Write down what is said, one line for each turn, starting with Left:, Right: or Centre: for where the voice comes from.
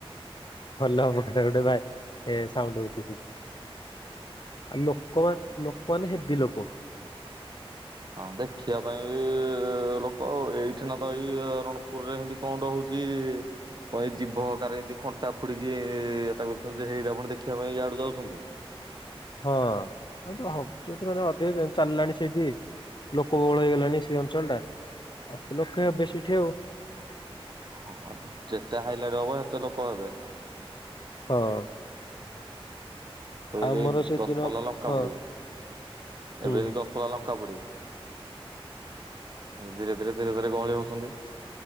Left: ଭଲ ହବ <unintelligible> ଗୋଟେ ଭାଇ ଏ ସାଉଣ୍ଡ ହଉଚି <unintelligible> ଆ ଲୋକ ଲୋକମାନେ ହେବି ଲୋକ।
Right: ହଁ ଦେଖିବା ପାଇଁ ବି ଲୋକ ଆଉ ଏଇଠି ନା ତ ଏଇ ରଣପୁରରେ ଏନ୍ତି କଣ ଟେ ହଉଚି କଣ ଏଇ ଜୀଭ ଅକରେ ଏମିତି କଣ୍ଟା ଫୁଡିକି <unintelligible> କରୁଛନ୍ତି ଯେ ସେଇଟା ଫୁଣି ଦେଖିବା ପାଇଁ ଇଆଡୁ ଯାଉଛନ୍ତି।
Left: ହଁ <unintelligible> ଯୋଉଠ ମାନେ ଅଧିକ ଚାଲିଲାଣି ସେଇଠି ଲୋକ ବହୁଳ ହେଇଗଲାଣି ସେଇ ଅଞ୍ଚଳଟା, ଲୋକେ ହେବେ ସେଇଠି ଆଉ।
Right: ହଁ ଯେତେ ହାଇଲାଇଟ୍ ହବ, ସେତେ ଲୋକ ହେବେ।
Left: ହଁ।
Right: ଯେନ୍ତି
Left: ଆଉ ମୋର ସେଦିନ
Right: ଦଶପଲା ଲଙ୍କା
Left: ହଁ
Right: ପୋଡ଼ି,
Left: ହୁଁ
Right: ଏବେ ଯେନ୍ତି ଦଶପଲା ଲଙ୍କା ପୋଡି। ଧୀରେ ଧୀରେ ଧୀରେ ଧୀରେ ଗହଳି ହଉଛନ୍ତି।